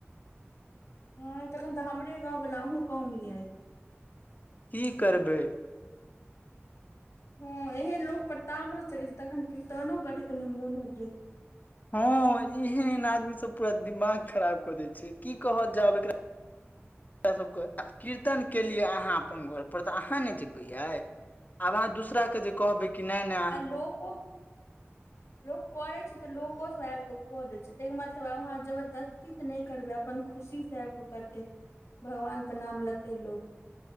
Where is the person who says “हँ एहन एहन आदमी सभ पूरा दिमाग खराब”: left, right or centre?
Left